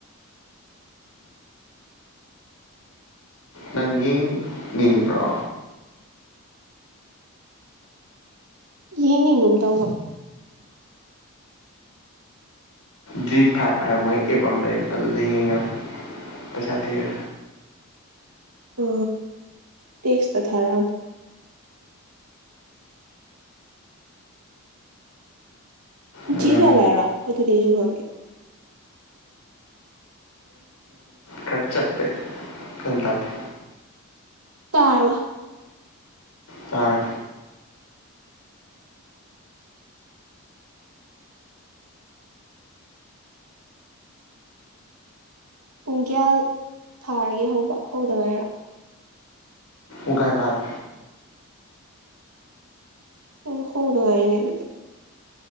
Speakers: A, on the left; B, on the right.
A: ꯅꯪ ꯌꯦꯡꯅꯤꯡꯕ꯭ꯔꯣ
B: ꯌꯦꯡꯅꯤꯡꯒꯨꯝ ꯇꯧꯕ
A: ꯖꯤ ꯐꯥꯏꯚ ꯍꯥꯏꯕ ꯃꯣꯏ ꯑꯦꯞ ꯑꯃ ꯂꯩ ꯑꯗꯨꯗ ꯌꯦꯡꯉꯦ ꯄꯩꯁꯥ ꯊꯤꯔꯦ
B: ꯑ ꯇꯦꯛꯁ ꯇ ꯊꯥꯔꯝ
A: ꯎꯝ
B: ꯖꯤꯚꯥꯏ ꯚꯥꯏꯔꯣ ꯑꯗꯨꯗꯤ ꯑꯩꯁꯨ ꯍꯪꯉꯦ
A: ꯈꯔꯆꯞꯦ ꯆꯟ ꯇꯗꯤ
B: ꯇꯥꯕ
A: ꯆꯔ
B: ꯄꯨꯡ ꯀꯌꯥ ꯊꯥꯔꯒꯦ ꯍꯧꯕ ꯍꯧꯗꯉꯥꯏꯔꯣ
A: ꯎꯒꯥꯏꯚꯔ
B: ꯎ ꯍꯗꯉꯥꯏꯅꯦ ꯑꯗꯨꯗꯤ